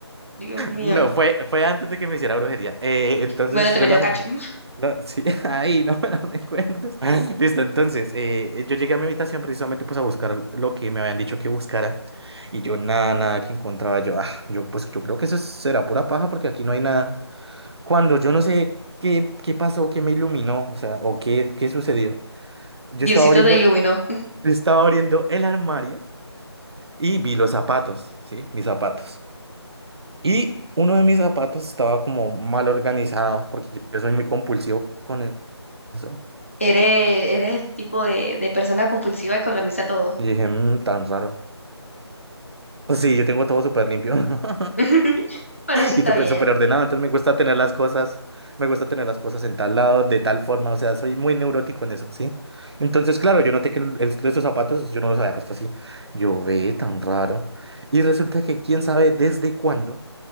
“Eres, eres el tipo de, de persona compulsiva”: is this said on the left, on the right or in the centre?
Left